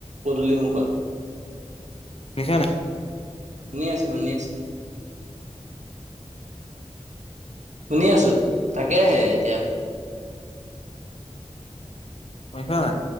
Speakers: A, on the right; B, on the left.
A: পদূলি মুখত।
B: শুনিছা নাই।
A: শুনি আছো শুনি আছো। শুনি আছো তাকে হে এতিয়া।
B: শুনিছ নাই।